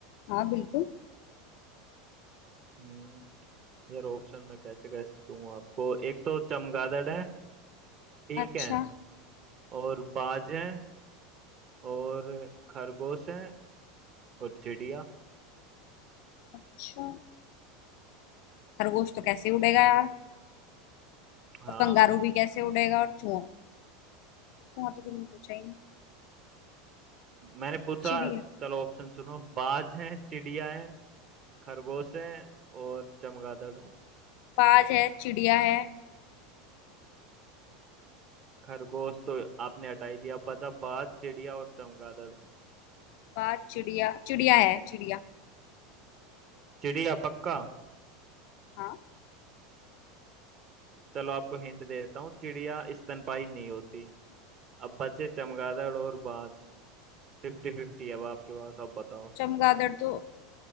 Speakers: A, on the left; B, on the right.
A: हाँ बिल्कुल
B: दो यार ऑप्शन में कैसे कैसे दूं आपको एक तो चमगादड़ है ठीक
A: अच्छा
B: है और बाज है और खरगोश है और चिड़िया
A: अच्छा खरगोश तो कैसे उड़ेगा यार
B: हाँ
A: और कंगारू भी कैसे उड़ेगा और चूहा चूहा तो तुमने पूछा ही नहीं
B: मैंने पूछा
A: चिड़िया
B: चलो ऑप्शन सुनो बाज है चिड़िया है खरगोश है और चमगादड़
A: बाज है चिड़िया है
B: खरगोश तो आपने हटा ही दिया बचा बाज चिड़िया और चमगादड़
A: बाज चिड़िया चिड़िया है चिड़िया
B: चिड़िया पक्का
A: हाँ
B: चलो आपको हिंट दे देता हूँ चिड़िया स्तनपाई नहीं होती अब बचे चमगादड़ और बाज फिफ्टी फिफ्टी अब आपके पास अब बताओ
A: चमगादड़ तो